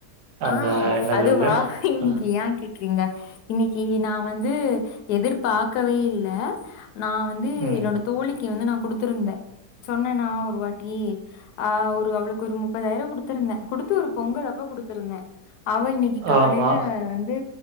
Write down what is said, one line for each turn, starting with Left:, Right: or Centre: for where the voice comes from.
Right: அந்த
Left: ஆ
Right: என்னது
Left: அதுவா
Right: அது?
Left: இன்னிக்கு
Right: அ,
Left: ஏ கேக் இருக்கீங்க இன்னைக்கு நா வந்து எதிர்பாக்கவே இல்ல நா வந்து
Right: ம்.
Left: என்னோட தோழிக்கு வந்து நா கொடுத்திருந்தேன் சொன்னே நா ஒரு வாட்டி ஆஹ் ஒரு அவளுக்கு ஒரு முப்பதாயிரம் குடுத்துருந்தேன் குடுத்து ஒரு பொங்கல் அப்ப குடு இருந்தேன் அவா இன்னைக்கு காலையில
Right: ஆமா.
Left: வந்து